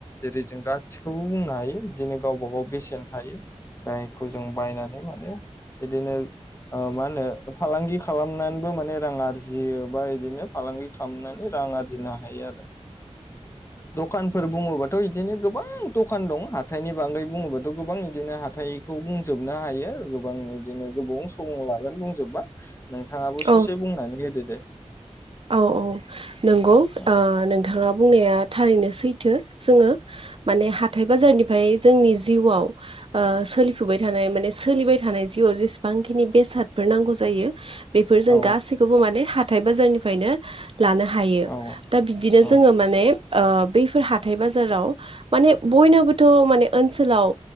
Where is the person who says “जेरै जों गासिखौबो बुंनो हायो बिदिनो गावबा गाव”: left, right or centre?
Left